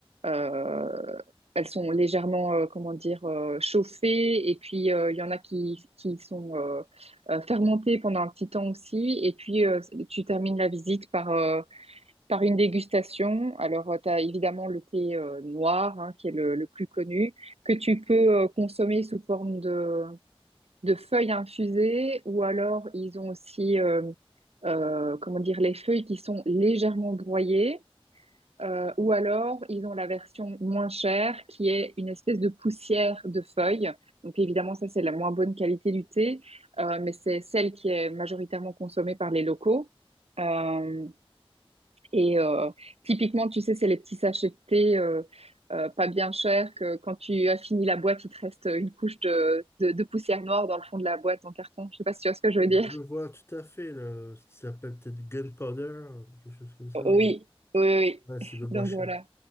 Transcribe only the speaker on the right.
euh, elles sont légèrement, euh, comment dire, euh, chauffées et puis euh, il y en a qui, qui sont euh, euh, fermentées pendant un petit temps aussi. Et puis euh, tu termines la visite par euh, par une dégustation, alors tu as évidemment le thé euh, noir hein, qui est le, le plus connu, que tu peux euh, consommer sous forme de, de feuilles infusées ou alors ils ont aussi euh, euh, comment dire, les feuilles qui sont légèrement broyées euh, ou alors ils ont la version moins chère qui est une espèce de poussière de feuilles. Donc évidemment ça c'est la moins bonne qualité du thé, euh, mais c'est celle qui est majoritairement consommée par les locaux. Euh, et euh, typiquement, tu sais, c'est les petits sachets de thé euh, euh, pas bien chers que quand tu as fini la boîte, il te reste une couche de, de, de poussière noire dans le fond de la boîte en carton. Je sais pas si tu vois ce que je veux dire.
Oui, oui, oui.
<laughs>
Donc
voilà.